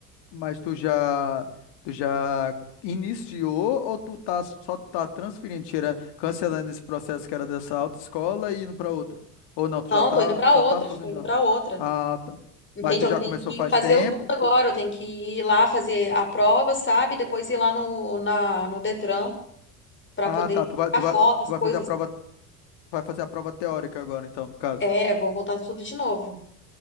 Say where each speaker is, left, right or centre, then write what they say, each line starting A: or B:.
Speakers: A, on the left; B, on the left.
A: mas tu já, tu já iniciou ou tu tá só tá transferindo, tirando, cancelando esse processo que era dessa autoescola e indo para outro? Ou não, tu
B: Não,
A: já tá,
B: tô indo pra
A: já
B: outra,
A: tá fazendo
B: já tô indo
A: de novo?
B: pra outra.
A: Ah, tá.
B: Entende?
A: Mas tu
B: Eu
A: já
B: tenho
A: começou
B: que
A: faz
B: fazer
A: tempo?
B: o duplo agora,
A: Tu-
B: eu tenho que ir lá fazer a prova, sabe? Depois ir lá no, na, no Detran pra
A: Ah,
B: poder
A: tá, tu vai,
B: tirar
A: tu vai,
B: foto,
A: tu
B: as coisas,
A: vai fazer a prova,
B: né?
A: vai fazer a prova teórica agora, então, no caso.
B: É, vou voltar tudo de novo.